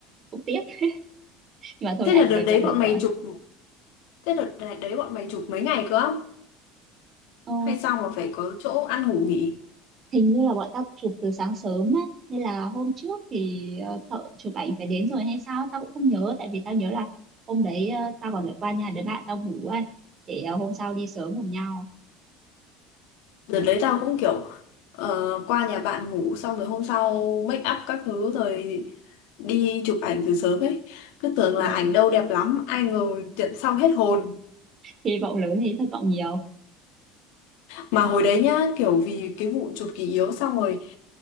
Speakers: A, on the right; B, on the left.
A: cũng tiếc <laughs> nhưng mà thôi
B: Thế
A: ảnh
B: là đợt
A: đẹp
B: đấy
A: là được
B: bọn mày
A: rồi
B: chụp thế đợt đấy đấy bọn mày chụp mấy ngày cơ không?
A: Ờ,
B: Hay sao mà phải có chỗ ăn ngủ nghỉ?
A: hình như là bọn tao chụp từ sáng sớm á nên là hôm trước thì ờ, thợ chụp ảnh phải đến rồi hay sao tao cũng không nhớ tại vì tao nhớ là hôm đấy ờ, tao còn phải qua nhà đứa bạn tao ngủ ấy để ờ, hôm sau đi sớm cùng nhau
B: Đợt đấy tao cũng kiểu ờ, qua nhà bạn ngủ xong rồi hôm sau make up các thứ rồi đi chụp ảnh từ sớm ấy. Cứ tưởng
A: ừ.
B: là ảnh đâu đẹp lắm, ai ngờ nhận xong hết hồn.
A: hy vọng lớn thì thất vọng nhiều
B: mà hồi đấy nhá kiểu vì cái vụ chuột kỷ yếu xong rồi